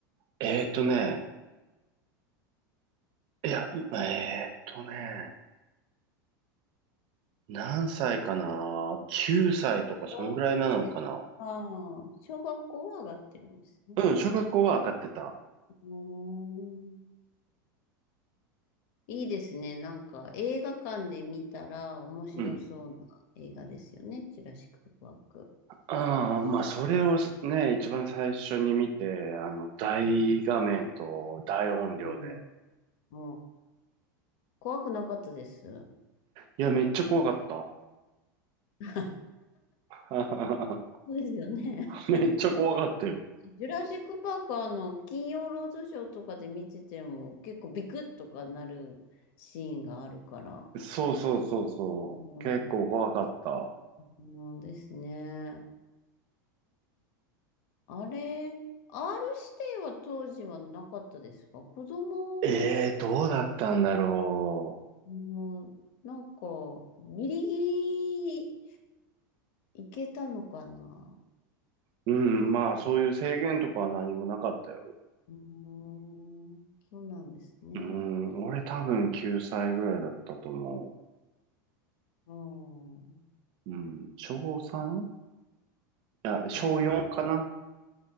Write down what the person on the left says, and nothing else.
小学生ああ、小学校は上がってるんですね。
うーん。いいですね。なんか映画館で見たら面白そうな映画ですよね。
ジュラシック・パーク。
う
ん、うん、うん。怖くなかったです。
<laughs> そ
うですよね。
ジュラシック・パークはあの、金曜ロードショーとかで見てても結構ビクッとかなるシーンがあるから。
うん、
うんですね。あれ、R 指定は当時はなかったですか子供、
うん、なんか、ギリギリいけたのかな
うーん、そうなんですね。
うん、
なる
ほどうん、